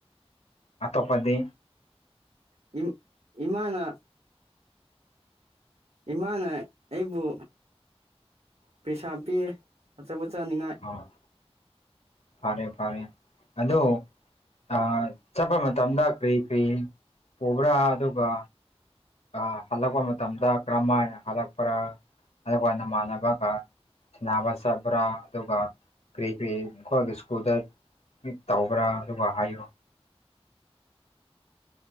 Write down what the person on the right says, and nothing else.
ꯏꯝ ꯏꯃꯥꯅ ꯏꯃꯥꯅ ꯑꯩꯕꯨ ꯄꯩꯁꯥ ꯄꯤꯌꯦ ꯑꯆꯥꯄꯣ ꯆꯥꯅꯤꯡꯉꯥꯏ